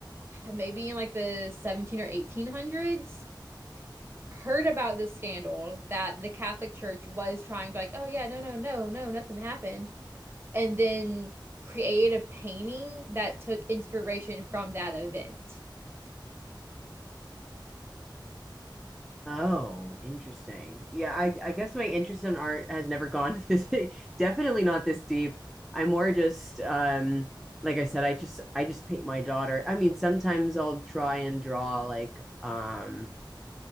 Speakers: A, on the right (about 30°); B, in the centre.
A: maybe in like the 17 or 1800s heard about this scandal that the Catholic Church was trying to like, oh yeah, no, no, no, no, nothing happened, and then create a painting that took inspiration from that event.
B: Oh, interesting. Yeah, I I guess my interest in art has never gone <laughs> this definitely not this deep. I'm more just um like I said I just I just paint my daughter. I mean, sometimes I'll try and draw like um